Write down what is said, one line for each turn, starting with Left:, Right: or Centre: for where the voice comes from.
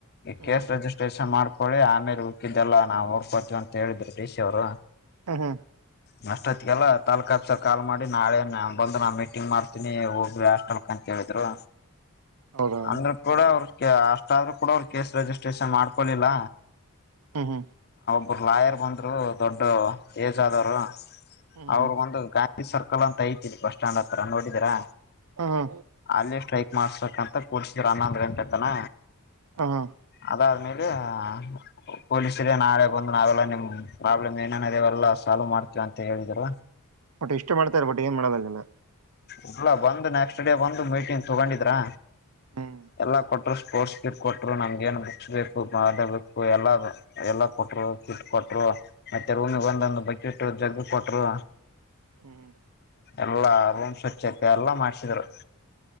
Left: ಕ
Right: ಹ್ಮ್
Left: ಪ್ರೇಶ ಮಾಡ್ಕೊಳ್ಳಿ ಆಮೇಲೆ ಹಕ್ಕಿದ್ದೆಲ್ಲ ನಾವವು ಓಡ್ಕೊಡ್ತೀವಿ ಅಂತ ಹೇಳಿದ್ರು ರೇಶ ಅವ್ರು
Right: ಹ್ಮ ಹ್ಮ್
Left: ನಷ್ಟ ಆಯತ್ಗೆಲ್ಲಾ ತಾಕ್ ಹಸ ಕಾಲ್ ಮಾಡಿ ನಾಳೆ ಬಂದು ನಾ ಮೀಟಿಂಗ್ ಮಾಡ್ತಿನಿ ಹೋಗ್ರಿ ಹಾಸ್ಟೆಲ್ ಕ ್ರಾ
Right: ಹೌದಾ
Left: ಅಂದ್ರ ಕೂಡ ಅವ್ರ ಅಷ್ಟಾದ್ರರು ಕೂಡ ಅವರು ಕೇಸ್ ರಿಜಿಸ್ಟ್ರೇಷನ್ ಮಾಡ್ಕೊಳಿಲ್ಲ
Right: ಹ್ಮ ಹ್ಮ
Left: ಅವರು ಲಾಯರ್ ಬಂದರು ದೊಡ್ಡ ಏಜ್ ಆದವರು
Right: ಹ್ಮ್
Left: ಅವ್ರರು
Right: ಹ್ಮ್
Left: ಒಂದು ಗಾಂಧಿ ಸರ್ಕಲ್ ಅಂತ ಐತಿ ಬಸ್ ಸ್ಟ್ಯಾಂಡ್ ಹತ್ರ ನೋಡಿದೀರಾ
Right: ಹ ಹ
Left: ಅಲ್ಲಿ ಸ್ಟ್ರೈಕ್ ಮಾಡ್ಸಬೇಕಂತ ಕೂಡ್ಸಿದರು ಅನ್ನಂದ್ರ ಎಟತನ
Right: ಹ್ಮ್ ಹ್ಮ್
Left: ಅದಾದ್ಮೇಲೆ ಅದ ಪೊಲೀಸರ ನಾಳೆ ಬಂದ್ ನಾವೆಲ್ಲ ನಿಮ್ ಪ್ರಾಬ್ಲಮ್ ಏನೇನ ಅವೆಲ್ಲಾ ಸಾಲ್ವ್ ಮಾಡ್ತೀವ ಅಂತ ಹೇಳಿದ್ರ
Right: ಬಟ್ ಇಷ್ಟ ಮಾಡ್ತಾರೆ ಬಟ್ಟಟ್ ಏನ್ ಮಾಡೋದಲ್ಲ
Left: ಉಲ್ಲಾ ಬಂದು ನೆಕ್ಸ್ಟ್ ಡೇ ಬಂದು ಮೀಟಿಂಗ್ ತಗೊಂಡಿದ್ರಾ
Right: ಹ್ಮ್
Left: ಎಲ್ಲ ಕೊಟ್ಟರು ಸ್ಪೋರ್ಟ್ಸ್ಕ್ ಕೊಟ್ಟರು ನಮಗೆ ಏನ್ ಬುಕ್ಸ್ ಬೇಕು ಬೇಕು ಎಲ್ಲ ಎಲ್ಲ ಕೊ ಕೊಟ್ ಕೊಟ್ರು ಮತ್ತೆ ರೂಮಗ್ ಒಂದೊಂದು ಬಕೆಟ್ಟ ಜಗ್್ದ ಕೊಟ್ರು
Right: ಹ್ಮ್
Left: ಎಲ್ಲಾ ರೂಮ್ ಸ್ವಚ್ಛತೆ ಎಲ್ಲಾ ಮಾಡ್ಸಿದ್ರು